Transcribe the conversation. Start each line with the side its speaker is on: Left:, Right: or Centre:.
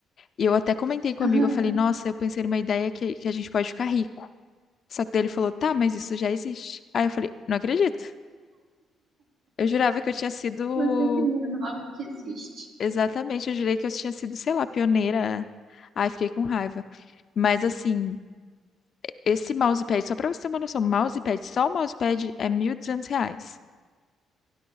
Left: E eu até comentei com
Right: Aham.
Left: um amigo, eu falei, nossa, eu pensei numa ideia que, que a gente pode ficar rico. Só que daí ele falou, tá, mas isso já existe. Aí eu falei, não acredito. Eu jurava que eu tinha sido.
Right: Você cria algo que existe.
Left: Exatamente, eu jurei que eu tinha sido, sei lá, pioneira. Ai, fiquei com raiva. Mas assim, esse mousepad, só pra você ter uma noção, mousepad, só o mousepad é 1.200 reais.